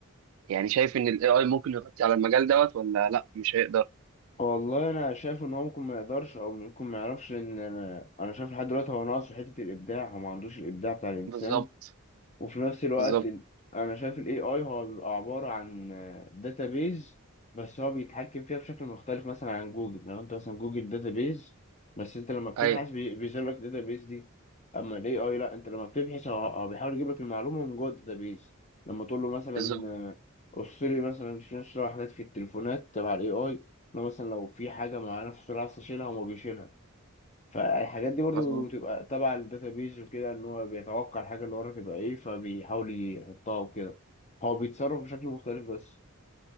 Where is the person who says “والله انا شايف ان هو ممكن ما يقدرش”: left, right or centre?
Left